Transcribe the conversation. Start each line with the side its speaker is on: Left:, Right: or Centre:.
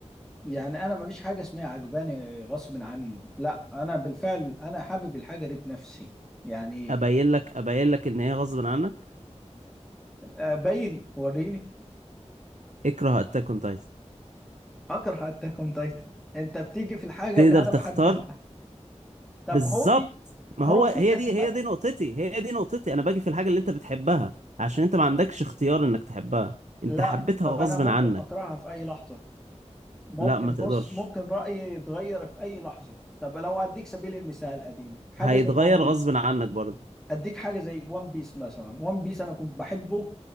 Centre: يعني انا ما فيش حاجه اسمها عجباني غصب عني لا انا بالفعل انا حابب الحاجه دي بنفسي يعني
Right: ابين لك ابين لك ان هي غصب عنك
Centre: ابين وريني
Right: اكره اتاك اون تايتن
Centre: اكره اتاك اون تايتن انت بتيجي في الحاجه
Right: تقدر
Centre: اللي انا
Right: تختار
Centre: بحبها طب
Right: بالظبط
Centre: هو في
Right: ما
Centre: هو
Right: هو هي
Centre: في اثبات
Right: دي هي دي نقطتي هي دي نقطتي انا باجي في الحاجة اللي انت بتحبها عشان انت ما عندكش اختيار انك تحبها انت
Centre: لا
Right: حبيتها
Centre: طب
Right: غصب
Centre: انا ممكن
Right: عنك
Centre: اكرهها في اي لحظه ممكن
Right: لا ما تقدرش
Centre: بص ممكن رأيي يتغير في أي لحظة طب لو أديك سبيل المثال قديم حاجة
Right: هيتغير
Centre: زي ون بيس
Right: غصب عنك برضه
Centre: أديك حاجة زي ون بيس مثلا ون بيس أنا كنت بحبه